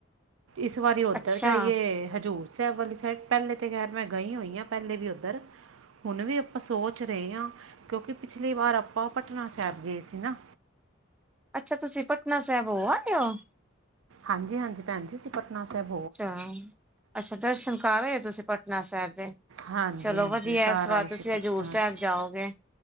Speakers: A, on the right; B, in the centre.
A: ਇਸ ਵਾਰੀ ਓਧਰ
B: ਅੱਛਾ।
A: ਜਾਈਏ ਹਜ਼ੂਰ ਸੈਬ ਵਾਲੀ ਸੈਡ ਪੈਲੇ ਤਾਂ ਖੈਰ ਮੈਂ ਗਈ ਹੋਈ ਆ ਪੈਲੇੇ ਵੀ ਓਧਰ ਹੁਣ ਵੀ ਆਪਾ ਸੋਚ ਰੇਆ, ਕੇਉਕਿ ਪਿਛਲੀ ਵਾਰ ਆਪਾ ਪਟਨਾ ਸੈਬ ਗੇ ਸੀ ਨਾ
B: ਅੱਛਾ ਤੁਸੀਂ ਪਟਨਾ ਸੈਬ ਹੋ ਆਏ ਓ
A: ਹਾਂਜੀ-ਹਾਂਜੀ ਭੈਣ ਜੀ ਅਸੀਂਪਟਨਾ ਸੈਬ
B: ਚਾ, ਅੱਛਾ ਦਰਸ਼ਨ ਕੱਰ ਆਏ ਓ ਤੁਸੀ ਪਟਨਾ ਸੈਬ ਦੇ
A: ਹਾਂਜੀ
B: ਚਲੋ
A: ਹਾਂਜੀ
B: ਵਧੀਆ
A: ਘਰ
B: ਇਸ ਵਾਰ
A: ਆਏ
B: ਤੁਸੀਂ
A: ਸੀ ਪਟਨਾ
B: ਹਜ਼ੂਰ
A: ਸਾਹਿਬ
B: ਸੈਬ ਜਾਓ ਗੇ